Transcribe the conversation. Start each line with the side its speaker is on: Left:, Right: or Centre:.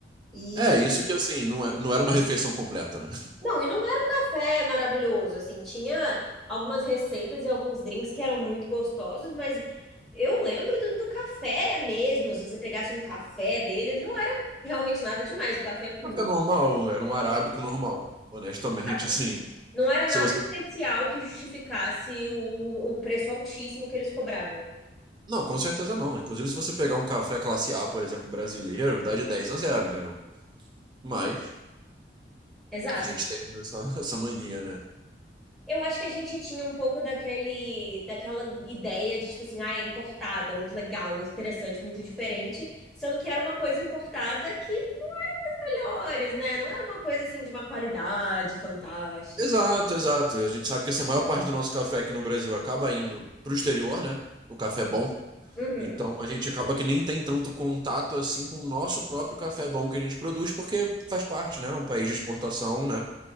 Centre: e
Right: É, isso que assim, não é- não era uma refeição completa, né?
Centre: Não, e não era um café maravilhoso, assim, tinha algumas receitas e alguns drinks que eram muito gostosos, mas eu lembro do, do café mesmo, se você pegasse um café deles, não era realmente nada demais, o café é puro.
Right: Café normal, era um arábico normal. Honestamente,
Centre: Exato.
Right: assim,
Centre: Não era
Right: se
Centre: nada
Right: você.
Centre: especial que justificasse o, o preço altíssimo que eles cobravam.
Right: Não, com certeza não. Inclusive, se você pegar um café classe A, por exemplo, brasileiro, dá de 10 a zero, entendeu? Mas
Centre: Exato.
Right: a gente teve essa, <laughs> essa mania, né?
Centre: Eu acho que a gente tinha um pouco daquele, daquela ideia de, tipo assim, ah, é importada, é muito legal, é muito interessante, muito diferente, sendo que era uma coisa importada que melhores, né? Não era uma coisa assim de uma qualidade fantástica.
Right: Exato, exato. A gente sabe que assim, a maior parte do nosso café aqui no Brasil acaba indo pro exterior, né? O café bom.
Centre: Uhum.
Right: Então a gente acaba que nem tem tanto contato assim com o nosso próprio café bom que a gente produz, porque faz parte, né? É Um país de exportação, né?